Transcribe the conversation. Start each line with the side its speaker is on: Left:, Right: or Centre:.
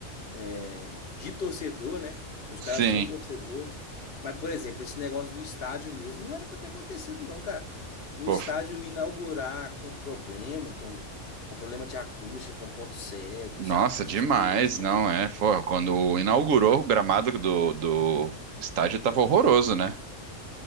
Left: é, de torcedor, né? Que os
Right: sim.
Left: caras são torcedores. Mas, por exemplo, esse negócio do estádio mesmo não era pra ter acontecido, não, cara. Um
Right: Pô,
Left: estádio
Right: f-
Left: inaugurar com problema, com, com problema de acústica, com ponto cego,
Right: nossa,
Left: sabe? Essas
Right: demais,
Left: coisas assim, não
Right: não
Left: é. bom.
Right: é? Pô, quando inaugurou o gramado do, do estádio tava horroroso, né?